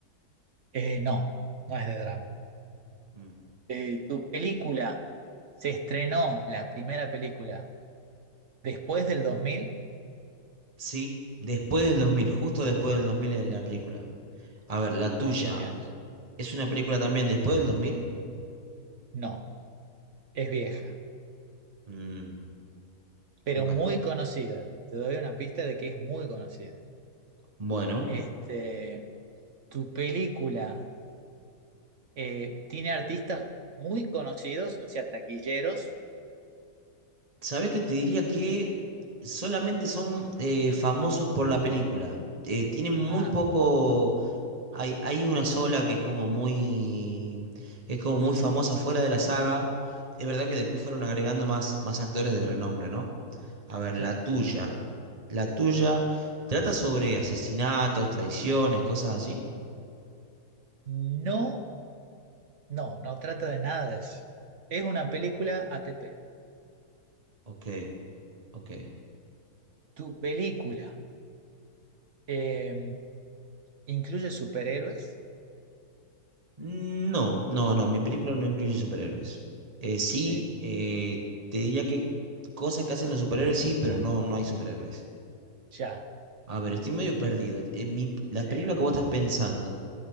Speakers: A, on the right; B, on the right.
A: Eh, no, no es de drama.
B: Mm,
A: Eh, ¿tu película se estrenó la primera película Después del 2000,
B: Sí, después del dos mil justo después del 2000 es la película. A ver, la tuya
A: ah, genial.
B: es una película también después del 2000.
A: No, es vieja,
B: Mm,
A: pero
B: Bueno,
A: muy conocida. Te doy una pista de que es muy conocida.
B: bueno.
A: Este, tu película eh, tiene artistas muy conocidos, o sea, taquilleros.
B: ¿Sabes qué te diría que solamente son eh, famosos por la película? Eh, tienen muy
A: Ah,
B: poco Hay, hay una sola que es como muy, que es como muy famosa fuera de la saga. Es verdad que después fueron agregando más, más actores de renombre, ¿no? A ver,
A: claro.
B: la tuya. La tuya trata sobre asesinatos, traiciones, cosas así.
A: No, no, no trata de nada de eso. Es una película ATP.
B: Ok, ok.
A: Tu película eh, incluye superhéroes.
B: No, no, no, mi película no incluye superhéroes. Eh, sí,
A: Ok,
B: eh, te diría que cosas que hacen los superhéroes sí, pero no, no hay superhéroes.
A: Ya,
B: A ver, estoy medio perdido. Eh, mi- la
A: sí,
B: película que vos estás pensando.